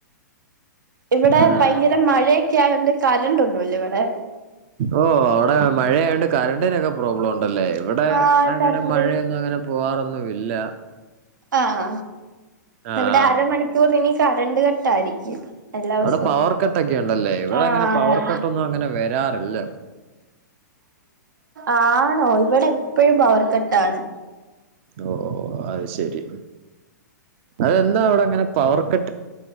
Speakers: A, on the right; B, on the right.
A: ഇവിടെ
B: ആഹ്
A: ഭയങ്കര മഴയൊക്കെ ആയോണ്ട് കറണ്ടൊന്നുല്ല ഇവിടെ
B: ഓ അവിടെ മഴയായോണ്ട് കറണ്ടിനൊക്കെ പ്രോബ്ലം ഒണ്ട്. ല്ലേ ഇവിടെ
A: ആഹ്
B: അങ്ങനെ
A: കരണ്ട്
B: മഴയൊന്നും അങ്ങനെ പോവാറൊന്നും ഇല്ല.
A: ആഹ
B: ആഹ്
A: ഇവിടെ അര മണിക്കൂർ ഇനി കറണ്ട് കട്ടായിരിക്കും. എല്ലാ ദിവസവും
B: അവിടെ പവർ കട്ടൊക്കെ ഉണ്ടല്ലേ ഇവിടെ
A: ആഹ്
B: അങ്ങനെ പവർ
A: അതെ
B: കട്ട് ഒന്നും അങ്ങനെ വരാറില്ല.
A: ആണോ ഇവിടെ എപ്പോഴും പവർക്കെട്ടാണ്.
B: ഓ അത് ശെരി അതെന്താ അവിടെ അങ്ങനെ പവർക്കെ